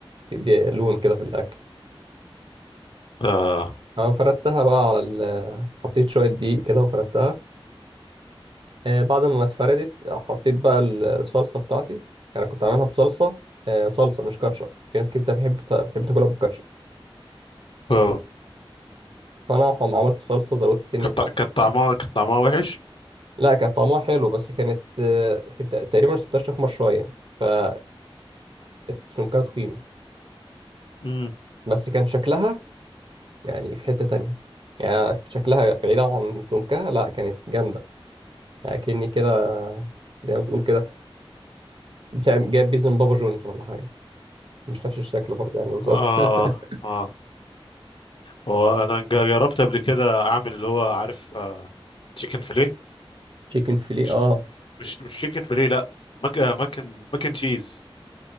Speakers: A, on the right; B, on the left.
A: تدي لون كده في الأكل
B: اه
A: أنا فردتها بقى على ال... حطيت شوية دقيق كده وفردتها آه، بعد ما اتفردت حطيت بقى ال- الصلصه بتاعتي انا كنت عاملها بصلصه آه، صلصه مش كاتشب في ناس كتير بتحب بتحب تاكلها بالكاتشب
B: آه.
A: فانا حم- عملت صلصه زودت سنه
B: كان طع-
A: ملح
B: كان طعمها كان طعمها وحش؟
A: لا كان طعمها حلو بس كانت آه، تبت- تقريبا سبتها تخمر شويه فبقت سمكها تخين
B: امم
A: بس كان شكلها يعني في حته تانية يعني في شكلها بعيدا عن سمكها لا كانت جامده يعني كأني كده زي ما بتقول كده بتاع- جايب بيزن بابا جونز ولا حاجه مش نفس الشكل برضه يعني بالظبط
B: اه
A: <laughs>
B: اه وانا جربت قبل كده اعمل اللي هو عارف تشيكن فيليه
A: تشيكن فيليه
B: مش
A: اه
B: مش مش تشيكن فيليه لا مك مكن مكن تشيز